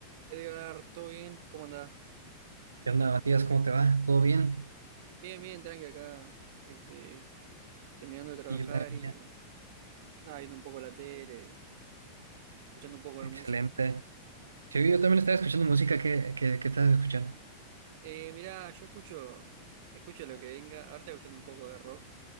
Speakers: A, on the right; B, on the right.
A: Edgar, ¿todo bien? ¿Cómo andás?
B: ¿Qué onda, Matías? ¿Cómo te va? ¿Todo bien?
A: Bien, bien, tranqui acá, este, terminando de trabajar
B: Sí, yo también,
A: y
B: bien.
A: nada, viendo un poco la tele, y escuchando un poco
B: Excelente.
A: de música.
B: Sí, yo también estaba escuchando música. ¿Qué, qué, qué estás escuchando?
A: Eh, mirá, yo escucho, escucho lo que venga, ahora estoy escuchando un poco de rock,